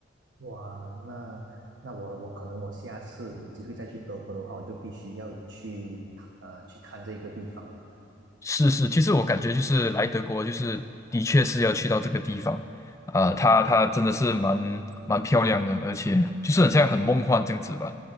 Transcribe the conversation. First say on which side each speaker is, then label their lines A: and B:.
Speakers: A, on the right (about 85°); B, on the left (about 15°).
A: 哇，那那我我可能我下次有机会再去德国的话，我就必须要去呃去看这个地方了。
B: 是是，其实我感觉就是来德国，就是的确是要去到这个地方啊、它它真的是蛮蛮漂亮的，而且就是很像很梦幻这样子吧，